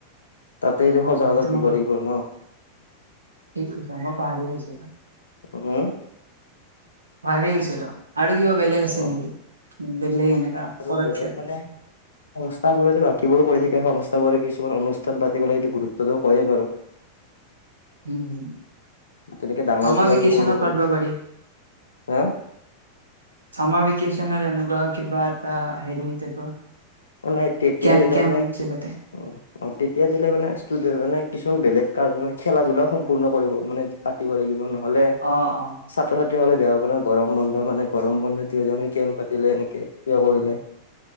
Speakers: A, on the left; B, on the right.
A: তাতে এইটো
B: অ', অ',
A: সজাগতা
B: সেইটো
A: দিব
B: মই
A: লাগিব ন?
B: মই পাহৰি গেছিলো।
A: উ্
B: পাহৰি গেছিলো, আৰু কিবা বলেগ আছে
A: অ
B: নেকি? বেলেগ এনেকা
A: আৰু
B: পদক্ষেপ
A: বেলেগ মানে সংস্থাবোৰে বাকীবোৰো কৰি থাকে। সংস্থাাবোৰে কিছুমান অনুষ্ঠান পাতিবলৈ সেইটো গুৰুত্ব দো কয়েই বাৰু
B: উম, হুম,
A: তেনেকে ডাঙৰবোৰে
B: চামাৰ ভেকেচনত
A: আৰু সৰুবোৰে।
B: পাতব পাৰি,
A: হে
B: চামাৰ বিকেশচন এনকুৱ কিবাএটা হেৰি তে প
A: নাই তেতিয়া
B: কেম্প
A: দিলে
B: কেম্প
A: মানে
B: যে পাতে।
A: অ' অ' তেতিয়া দিলে মানে, ষ্টুেদে মানে কিছুমান বেলেগ কাৰ মানে খেলা ধূলা সম্পূৰ্ণ কৰিব মানে, পাতিব লাগিব ন? হ'লে
B: অ', অ',
A: ছাত্ৰ-ছাত্ৰীসকলে বেয়া হ'ব ন গৰম বন্ধ মানে গৰম বন্ধ। যিহেতু আমি কেম্প পাতিলে এনেকে কিয় কৰিলে।